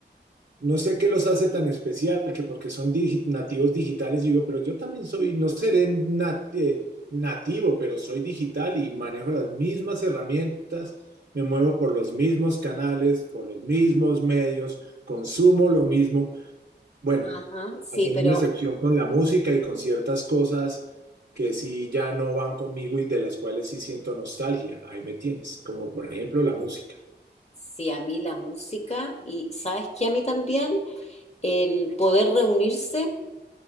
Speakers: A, on the right; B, on the left.
A: no sé qué los hace tan especial, que porque son digi- nativos digitales, yo digo, pero yo también soy, no seré nat- eh, nativo, pero soy digital y manejo las mismas herramientas, me muevo por los mismos canales, por los mismos medios, consumo lo mismo. Bueno,
B: Ajá, sí,
A: hacen
B: pero
A: una excepción con la música y con ciertas cosas que sí ya no van conmigo y de las cuales sí siento nostalgia. Ahí me tienes, como por ejemplo la música.
B: sí, a mí la música y ¿sabes qué? A mí también. el poder reunirse